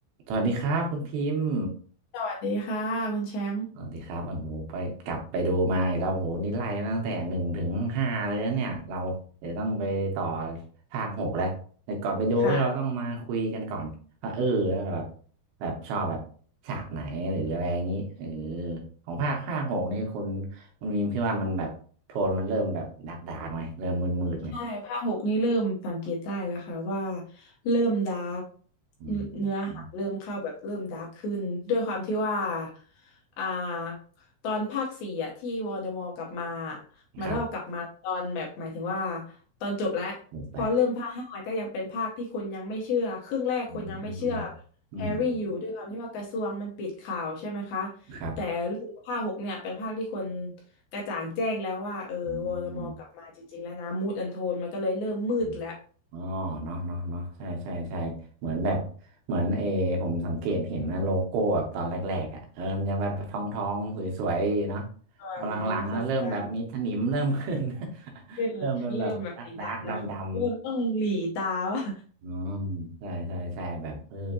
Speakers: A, on the right; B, on the left.
A: สวัสดีครับคุณพิมพ์
B: สวัสดีค่ะคุณแชมป์
A: สวัสดีครับโอ้โหไปกลับไปดูมาอีกแล้วโอ้โหนี่ไล่มาตั้งแต่หนึ่งถึงห้าเลยนะเนี่ยเราเดี๋ยวต้องไปต่อภาคหกแล้วแต่ก่อนไปดูเราต้องมาคุยกันก่อนว่าเออ
B: ค่ะ
A: แบบแบบชอบแบบฉากไหนหรืออะไรอย่างนี้เออของภาคภาคหกนี่คุณคุณพิมพ์พี่ว่ามันแบบโทนมันเริ่มแบบดาร์กดากไหมเริ่มมืดมืดไหม
B: ใช่ภาคหกนี่เริ่มสังเกตได้แล้วค่ะว่าเริ่มดาร์ก
A: อืมอืม
B: เนื้อเนื้อหาเริ่มเข้าแบบเริ่มดาร์กขึ้นด้วยความที่ว่าอ่าตอนภาคสี่อะที่วอลเดอมอร์กลับมามันก็กลับมาตอนแบบหมายถึงว่า
A: ครับ
B: ตอนจบแล้วพอเริ่มภาคห้าก็ยังเป็นภาคที่คนยังไม่เชื่อครึ่งแรกคนยังไม่เชื่อ
A: หมดแล้วอืมอืมอืมอืม
B: แฮร์รี่อยู่ด้วยความที่ว่ากระทรวงมันปิดข่าวใช่ไหมคะ
A: ครับ
B: แต่รู้สึกว่าภาคหกเนี่ยเป็นภาคที่คน กระจ่างแจ้งแล้วว่าเออวอลมอร์กลับมาจริงๆแล้วนะมูดแอนโทนมันก็เลยเริ่มมืดแล้ว
A: อืม อ๋อเนาะเนาะเนาะใช่ใช่ใช่เหมือนแบบเหมือนเอผมสังเกตเห็นนะโลโก้แบบตอนแรกๆอ่ะเออมันจะแบบทองทองสวยๆเนาะ
B: สวยสดใส
A: พอหลังๆนะเริ่มแบบมีสนิมเริ่มขึ้น <laughs>
B: ขึ้นเริ่มแบบสีดำแล้วค่ะเริ่มต้องหลีตาว่า
A: เริ่มเป็นแบบดักดักดำดำอ๋อใช่ใช่ใช่แบบเออ